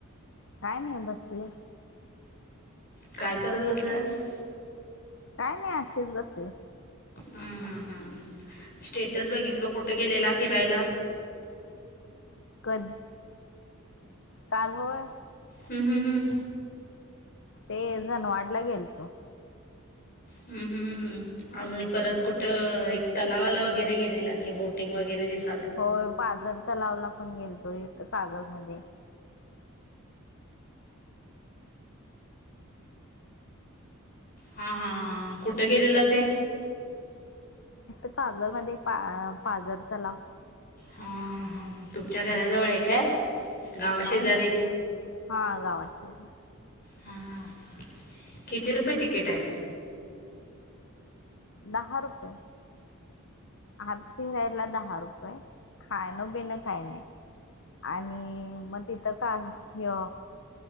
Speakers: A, on the left; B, on the left.
A: काय नाही बसले.
B: काय करत बसल्यास
A: काय नाही अशीच बसले.
B: हम्म हम् हम् स्टेटस बघितल कुठे गेलेला फिरायला.
A: क काल होय.
B: हम्म हम् हम्म
A: ते जणवाढला गेल तो.
B: हम्म हम्म आणि परत कुठ एक तलावाला वगैरे गेलेला कि बोटिंग वगैरे दिस
A: होय पाजरचा तलावला पण गेलतोय इथ कागल मध्ये
B: हा हा कुठे गेलेला ते
A: इथ कागल मध्ये पा पाजर तलाव
B: हा हा हा तुमच्या घराजवळ आहे काय गावा शेजारी
A: नाही नाही हा गावाच <unintelligible>
B: हा ह किती रुपये तिकिट हाय
A: दहा रुपये, आत फिरायला दहा रुपये खाणं पिणं काय नाही आणि मग तिथं काय ह्यो